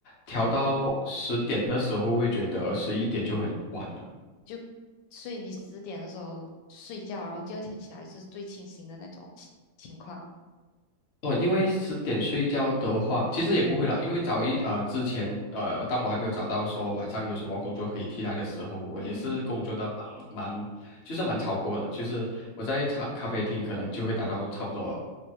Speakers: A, on the left; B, on the left.
A: 调到十点的时候会觉得十一点就很晚了。
B: 就，所以你十点的时候睡觉，然后第二天起来是最清醒的那种情情况。
A: 哦，因为十点睡觉的话，其实也不会啦，因为早一呃之前呃，当我还没有找到说晚上有什么工作可以替代的时候，我也是工作的蛮蛮，
B: 嗯
A: 就是蛮超过的，就是我在茶咖啡厅可能就会达到差不多，